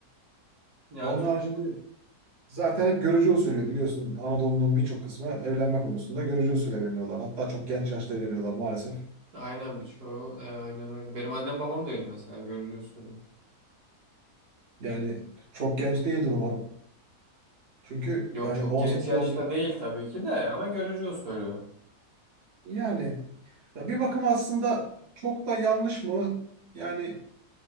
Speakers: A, on the right; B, on the right.
A: Ya
B: Onun
A: Türk
B: haricinde zaten hep görücü usulü biliyorsun Anadolu'nun birçok kısmı evlenme konusunda görücü usulü evleniyorlar. Hatta çok genç yaşta evleniyorlar maalesef.
A: aynen birçoğu e, aynen öyle. Benim annem babam da öyle mesela görücü usulü.
B: Yani çok genç değildir umarım. Çünkü
A: Yok
B: yani
A: çok
B: 18-19
A: genç yaşta değil tabii ki de ama görücü usulü.
B: yani ya bir bakıma aslında çok da yanlış mı? Yani